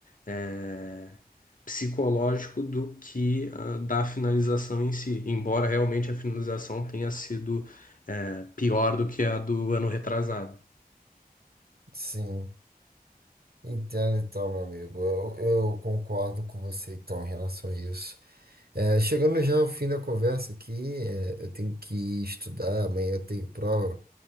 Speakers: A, on the left; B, on the right.
A: é, psicológico do que ah, da finalização em si, embora realmente a finalização tenha sido é, pior do que a do ano retrasado.
B: sim. Entendo então, meu amigo. Eu, eu concordo com você então em relação a isso. É, chegando já ao fim da conversa aqui, é, eu tenho que estudar, amanhã eu tenho prova,